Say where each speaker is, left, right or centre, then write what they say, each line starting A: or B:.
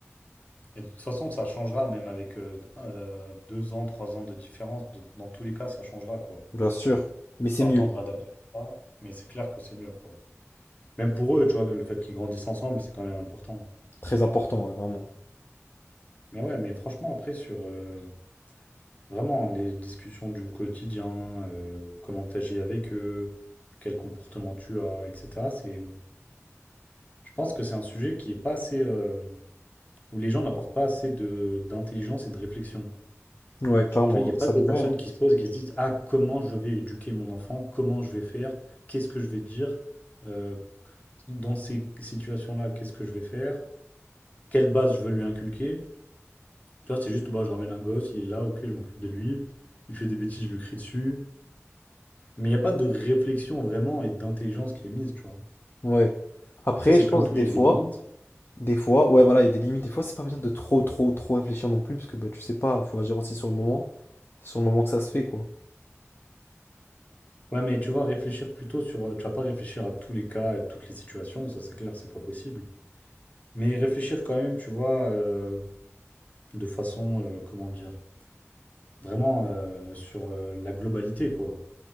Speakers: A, on the left; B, on the left.
A: Et de toute façon, ça changera, même avec euh, euh, deux ans, trois ans de différence. de- Dans tous les cas, ça changera, quoi.
B: bien sûr. Mais c'est
A: Faut
B: mieux.
A: attendre adapter, mais c'est clair que c'est mieux, quoi. Même pour eux, tu vois, le fait qu'ils grandissent ensemble, c'est quand même important.
B: Très important, ouais, vraiment.
A: Mais ouais, mais franchement, après, sur euh, vraiment les discussions du quotidien, euh, comment t'agis avec eux, quel comportement tu as, etc., c'est, je pense que c'est un sujet qui est pas assez, euh, où les gens n'apportent pas assez de, d'intelligence et de réflexion.
B: Ouais, clairement,
A: Tu vois, il n'y a pas
B: ça
A: des
B: devrait,
A: personnes
B: hein.
A: qui se posent et qui se disent, ah, comment je vais éduquer mon enfant, comment je vais faire, qu'est-ce que je vais dire, euh, dans ces situations-là, qu'est-ce que je vais faire, quelle base je veux lui inculquer. Tu vois, c'est juste, bah, je ramène un gosse, il est là, ok, je m'occupe de lui. Il fait des bêtises, je lui crie dessus. Mais il n'y a pas de réflexion vraiment et d'intelligence qui est mise, tu vois.
B: Ouais. Après,
A: Après, c'est
B: je
A: comme
B: pense
A: tout,
B: des
A: il
B: fois,
A: y a des limites.
B: Des fois, ouais, voilà, il y a des limites. Des fois, c'est pas bien de trop, trop, trop réfléchir non plus, parce que bah, tu sais pas, faut agir aussi sur le moment. C'est sur le moment que ça se fait, quoi.
A: Ouais, mais tu vois, réfléchir plutôt sur. euh, Tu vas pas réfléchir à tous les cas, à toutes les situations, ça c'est clair, c'est pas possible. Mais réfléchir quand même, tu vois, euh, de façon, euh, comment dire, vraiment euh, sur euh, la globalité, quoi.